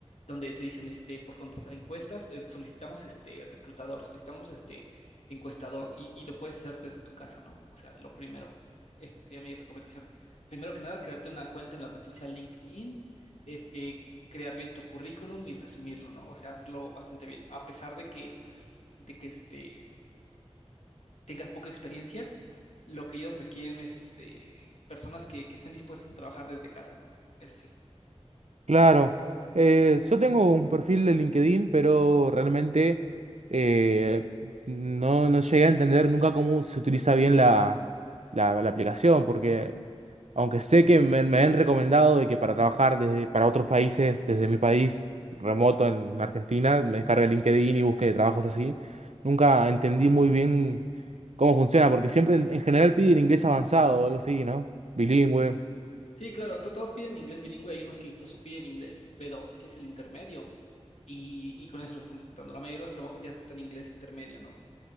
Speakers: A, on the left; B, on the right.
A: donde te dicen, este, por contestar encuestas, eh, solicitamos, este, reclutador, solicitamos, este, encuestador, y, y lo puedes hacer desde tu casa, ¿no? O sea, lo primero, esa sería mi recomendación. Primero que nada, crearte una cuenta en la red social LinkedIn, este, crear bien tu currículum y resumirlo, ¿no? O sea, hacerlo bastante bien, a pesar de que, de que, este tengas poca experiencia, lo que ellos requieren es este, personas que, que estén dispuestas a trabajar desde casa, ¿no? Eso sí.
B: Claro. Eh, yo tengo un perfil de LinkedIn, pero realmente eh, no, no llegué a entender nunca cómo se utiliza bien la, la, la aplicación, porque Aunque sé que me, me han recomendado de que para trabajar desde, para otros países, desde mi país remoto en Argentina, me descargue LinkedIn y busque trabajos así. Nunca entendí muy bien cómo funciona, porque siempre en, en general piden inglés avanzado o algo así, ¿no? Bilingüe.
A: Sí, claro, to- todos piden inglés bilingüe, hay unos que incluso piden inglés b dos que es el intermedio, y, y con eso lo están aceptando. La mayoría de los trabajos ya aceptan inglés intermedio, ¿no?